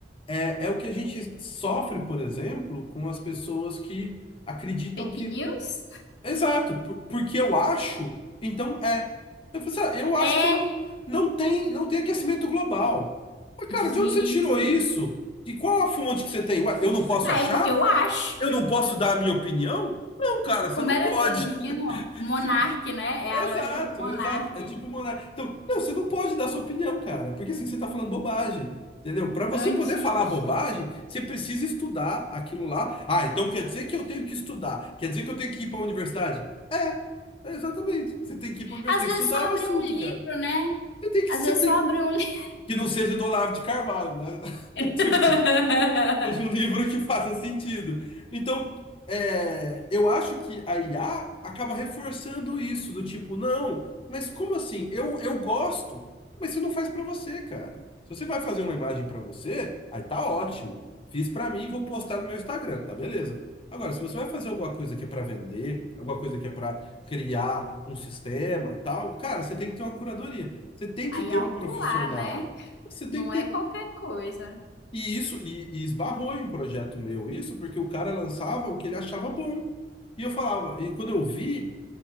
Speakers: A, on the left; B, on the left.
A: é, é o que a gente sofre, por exemplo, com as pessoas que acreditam
B: Fake
A: que
B: news?
A: Exato, por- porque eu acho, então é. Eu falei assim, ah, eu
B: É,
A: acho que não,
B: É,
A: não tem, não tem aquecimento global. Mas, cara,
B: gente.
A: de onde você tirou isso? De qual a fonte que você tem? Ué, eu não posso
B: Ah,
A: achar?
B: é porque eu acho.
A: Eu não posso dar a minha opinião? Não, cara, você
B: Como
A: não
B: era
A: pode.
B: aquele menino?
A: <laughs>
B: Monarque,
A: Se-
B: né? É
A: Exato,
B: a lógica do monarque.
A: exato. É tipo monar. Então, não, você não pode dar sua opinião, cara, porque assim você tá falando bobagem, entendeu? Para você
B: Antes.
A: poder falar bobagem, você precisa estudar aquilo lá. Ah, então quer dizer que eu tenho que estudar? Quer dizer que eu tenho que ir para a universidade? É, é exatamente. Você tem que ir para a universidade,
B: Às
A: tem
B: vezes
A: que estudar
B: só
A: o
B: abrir
A: assunto,
B: um livro,
A: cara.
B: né?
A: Você tem que,
B: Às
A: você
B: vezes
A: tem
B: só
A: que,
B: abrir um livro.
A: que não seja do Olavo de Carvalho, né?
B: <laughs>
A: <laughs> Tipo, seja um livro que faça sentido. Então, é, eu acho que a IA acaba reforçando isso, do tipo, não, mas como assim? Eu, eu gosto, mas você não faz pra você, cara. Se você vai fazer uma imagem pra você, aí tá ótimo. Fiz pra mim, vou postar no meu Instagram, tá beleza. Agora, se você vai fazer alguma coisa que é pra vender, alguma coisa que é pra criar um sistema, tal, cara, você tem que ter uma curadoria. Você tem que
B: Aí
A: ter
B: alto
A: um profissional.
B: lá, né?
A: Você tem
B: Não
A: que ter
B: é qualquer coisa.
A: e isso, e, e esbarrou em um projeto meu, isso porque o cara lançava o que ele achava bom. E eu falava, e quando eu vi,